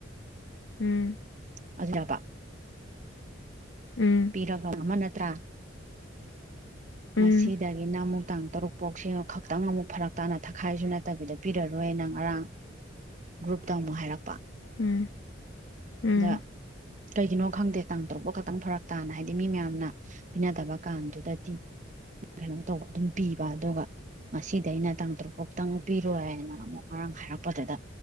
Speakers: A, on the left (about 70°); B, on the right (about 40°).
A: ꯎꯝ
B: ꯑꯗꯨꯗꯅꯕ
A: ꯎꯝ
B: ꯄꯤꯒ ꯑꯃ ꯅꯠꯇ꯭ꯔꯥ
A: ꯎꯝ
B: ꯉꯁꯤ ꯗꯒꯤꯅ ꯑꯃꯨꯛ ꯇꯥꯡ ꯇꯔꯨꯛꯐꯥꯎꯁꯦ ꯈꯛꯇꯪ ꯑꯃꯨꯛ ꯐꯔꯛ ꯇꯥꯅ ꯊꯛꯈꯥꯏꯁꯨ ꯅꯠꯇꯕꯤꯗ ꯄꯤꯔꯣꯏꯅ ꯉꯔꯥꯡ ꯒ꯭ꯔꯨꯞꯇ ꯑꯃꯨꯛ ꯍꯥꯏꯔꯛꯄꯥ
A: ꯎꯝ ꯎꯝ
B: ꯑꯗ ꯀꯒꯤꯅꯣ ꯈꯪꯗꯦ ꯇꯥꯡ ꯇꯔꯨꯛ ꯐꯛ ꯈꯛꯇꯪ ꯐꯔꯛ ꯇꯥꯅ ꯍꯥꯏꯗꯤ ꯃꯤ ꯃꯌꯥꯝꯅ ꯄꯤꯅꯗꯕ ꯀꯥꯟꯗꯨꯗꯗꯤ ꯀꯩꯅꯣꯝ ꯇꯧꯕ ꯑꯗꯨꯝ ꯄꯤꯕ ꯑꯗꯨꯒ ꯉꯁꯤꯗꯩꯅ ꯇꯥꯡ ꯇꯔꯨꯛ ꯐꯥꯎꯛꯇꯪ ꯄꯤꯔꯣꯏꯅ ꯑꯃꯨꯛ ꯉꯔꯥꯡ ꯍꯥꯏꯔꯛꯄꯗꯨꯗ